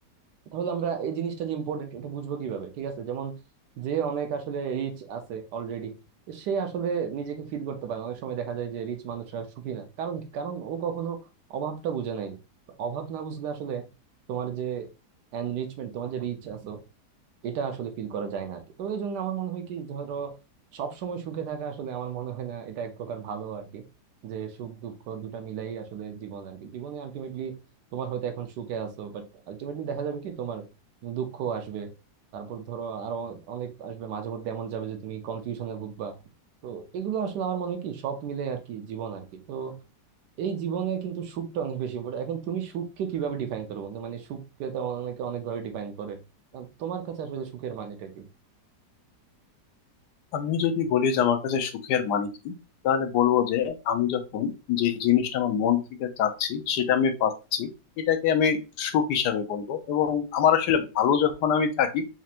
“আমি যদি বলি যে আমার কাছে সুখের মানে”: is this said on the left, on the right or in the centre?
Left